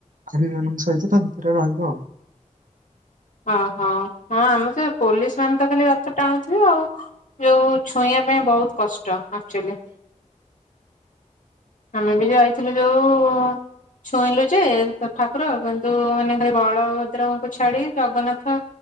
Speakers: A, on the right (about 80°); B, on the left (about 75°).
A: କର୍ମିମାନଙ୍କ ସହିତ ତା ଭିତରେ ରହିବ ଆଉ।
B: ଅ ହଁ ହଁ ଆମେତ ସେ ପୋଲିସ ମାନେ ତ ଖାଲି ରଥ ଟାଣୁଥିବେ ଆଉ। ଯୋଉ ଛୁଇଁବା ପାଇଁ ବହୁତ କଷ୍ଟ ଆକ୍ଚୁଆଲି। ଆମେ ବି ଯାଇଥିଲୁ ଯୋଉ ଛୁଇଁଲୁ ଯେ, ଠାକୁର କିନ୍ତୁ ମାନେ ଖାଲି ବଳଭଦ୍ରଙ୍କୁ ଛାଡି ଜଗନ୍ନାଥ